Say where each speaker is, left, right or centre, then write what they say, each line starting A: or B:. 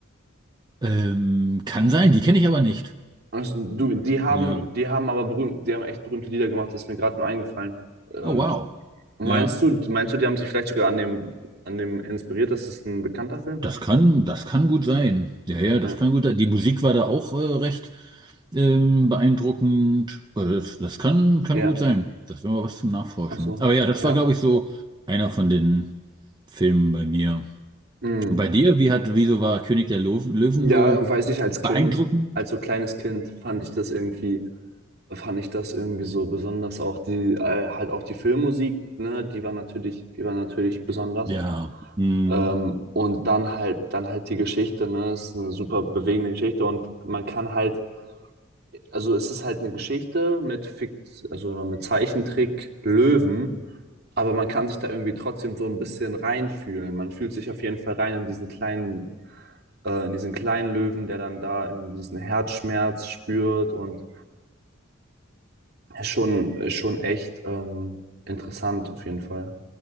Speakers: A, on the right; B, on the right.
A: Ähm, kann sein, die kenne ich aber nicht.
B: Also, du, die haben,
A: Ja.
B: die haben aber berühmt, die haben echt berühmte Lieder gemacht, das ist mir gerade nur eingefallen. Und
A: Oh wow.
B: meinst
A: Ja,
B: du, meinst du, die haben sich vielleicht sogar an dem, an dem inspiriert? Das ist ein bekannter Film?
A: das kann, das kann gut sein. Ja, ja, das
B: Ja.
A: kann gut sein. Die Musik war da auch äh, recht ähm, beeindruckend. Also das, das kann, kann
B: Ja.
A: gut sein. Das wäre mal was zum Nachforschen.
B: Ach so.
A: Aber ja, das
B: Ja.
A: war, glaube ich, so einer von den Filmen bei mir.
B: Hm.
A: Und bei dir, wie hat, wieso war König der Löwen, Löwen
B: Ja,
A: so
B: weiß ich, als
A: beeindruckend?
B: Kind, als so kleines Kind fand ich das irgendwie, fand ich das irgendwie so besonders. Auch die, äh, halt auch die Filmmusik, ne, die war natürlich, die war natürlich besonders.
A: Ja, hm,
B: Ähm, und dann halt, dann halt die Geschichte, ne, ist eine super bewegende Geschichte und man kann halt Also es ist halt eine Geschichte mit Fikt also mit Zeichentrick Löwen, aber man kann sich da irgendwie trotzdem so ein bisschen reinfühlen. Man fühlt sich auf jeden Fall rein in diesen kleinen, äh, in diesen kleinen Löwen, der dann da irgendwie diesen Herzschmerz spürt und ist schon, ist schon echt ähm, interessant auf jeden Fall.